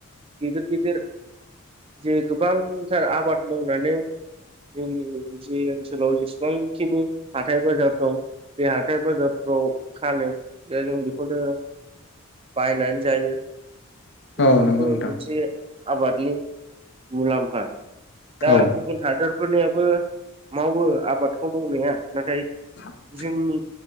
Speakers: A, on the right; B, on the left.
A: गिदिर गिदिर जे गोबांथार आबाद मावनानै जोंनि जि ओनसोलाव जेसेबांखिनि हाथाय बाजार दं बेे हाथाय बाजारफोराव फानो दा जों बेखौनो बायनानै जायो बेफोरबो
B: औ नंगौ नोंथां
A: मोनसे आबादनि मुलाम्फा। दा
B: औ
A: गुबुन हादरफोरनियाबो मावो आबादखौ मावनाया नाथाय
B: <unintelligible>
A: जोंनि